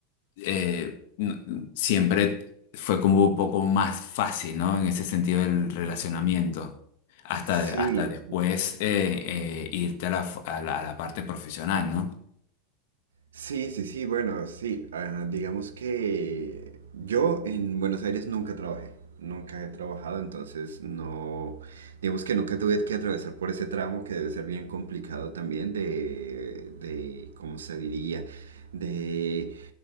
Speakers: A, on the left; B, on the right.
A: eh, no- siempre fue como un poco más fácil, ¿no? En ese sentido del relacionamiento. Hasta,
B: Sí,
A: de- hasta después eh, eh, irte a la, f- a la, a la parte profesional, ¿no?
B: Sí, sí, sí, bueno, sí. ah, digamos que yo en Buenos Aires nunca trabajé, nunca he trabajado, entonces no, digamos que nunca tuve que atravesar por ese tramo que debe ser bien complicado también de, de, ¿cómo se diría? De